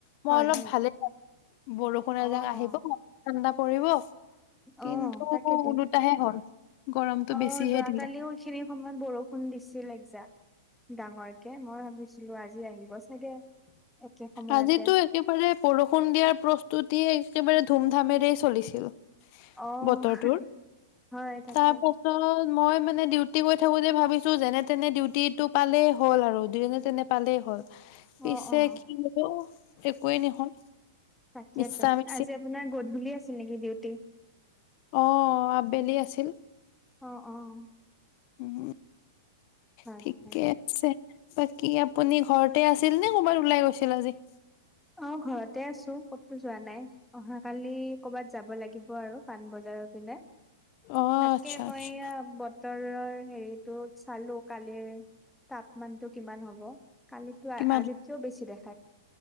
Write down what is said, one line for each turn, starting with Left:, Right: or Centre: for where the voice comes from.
Left: মই
Centre: হয়,
Left: অলপ
Centre: হয়।
Left: ভালেই বৰষুণ
Centre: অ'।
Left: এজাক আহিব ম ঠাণ্ডা পৰিব। কিন্তু
Centre: অ', তাকেতো।
Left: ওলোটাহে হ'ল। গৰমটো
Centre: অ
Left: বেছিহে
Centre: যোৱাকালিও
Left: দিলে
Centre: এইখিনি সময়ত বৰষুণ দিছিল এক যাক। ডাঙৰকে মই ভাবিছিলো আজি আহিব চাগে। একে সময়তে।
Left: আজিতো একেবাৰে বৰষুণ দিয়াৰ প্ৰস্তুতিয়েই একেবাৰে ধুম ধামেৰে চলিছিল
Centre: অ',
Left: বতৰটো
Centre: হয় তাকে।
Left: তাৰপাছত মই মানে ডিউটি গৈ থাকোতে ভাবিছোঁ যেনে তেনে ডিউটিটো পালেই হ'ল আৰু যেনে তেনে পালেই হ'ল।
Centre: অ',
Left: পিছে
Centre: অ',
Left: কিন্তু একোৱেই নহ'ল।
Centre: তাকেইটো
Left: মিছা মিছি
Centre: আজি আপোনাৰ গধূলি আছিল নেকি ডিউটি?
Left: অহ আবেলি আছিল।
Centre: অ', অ',
Left: উম
Centre: হয়,
Left: ঠিকে
Centre: হয়।
Left: আছে বাকী আপ- আপুনি ঘৰতে আছিল নে ক'ৰবাত ওলাই গৈছিল আজি?
Centre: অ ঘৰতে আছো ক'তো যোৱা নাই অহা কালি কৰ'বাত যাব লাগিব আৰু। পাণবজাৰৰ পিনে,
Left: অ
Centre: তাকে
Left: আচ্ছা
Centre: মই
Left: আচ্ছা
Centre: এয়া বতৰৰ হেৰিত ত চালো কালিৰ তাপমানতটো কিমান হ'ব কালি
Left: কিমান
Centre: আজিতকেও বেছি দেখা-